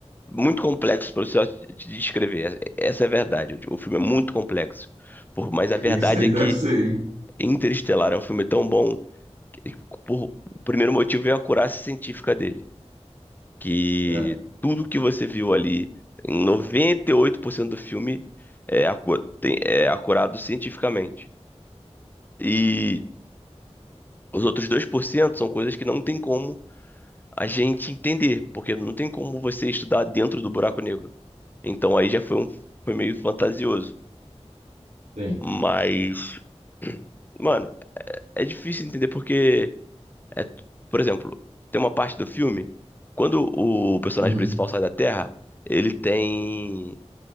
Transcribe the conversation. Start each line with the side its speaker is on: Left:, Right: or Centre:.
Left: muito complexo para você só te te descrever. Essa é a verdade. O filme é muito complexo. Por- mas a verdade
Right: Isso aí
Left: é
Right: deve
Left: que
Right: ser, hein?
Left: Interestelar é um filme tão bom que, por, o primeiro motivo é a acurácia científica dele. Que
Right: É,
Left: tudo que você viu ali, em 98% do filme, é, acu, tem- é acurado cientificamente. E os outros 2% são coisas que não tem como a gente entender, porque não tem como você estudar dentro do buraco negro. Então aí já foi um foi meio fantasioso.
Right: sim.
Left: Mas, mano, é difícil entender porque é, por exemplo, tem uma parte do filme quando o personagem
Right: Uhum,
Left: principal sai da Terra, ele tem